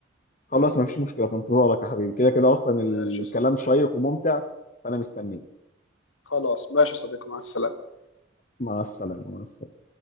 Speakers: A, on the left (about 40°); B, on the left (about 85°).
A: خلاص ما فيش مشكله في انتظارك يا حبيبي كده كده اصلا الكلام
B: ماشي يا صديقي
A: شيق وممتع فانا مستنيك
B: خلاص ماشي يا صديقي مع السلامه
A: مع السلامه مع السلامه